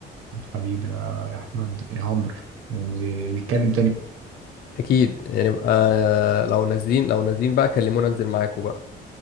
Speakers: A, on the right; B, on the left.
A: حبيبي يا احمد يا عمرو ونتكلم تاني
B: اكيد نبقى لو نازلين لو نازلين بقى كلمونا انزل معاكم بقى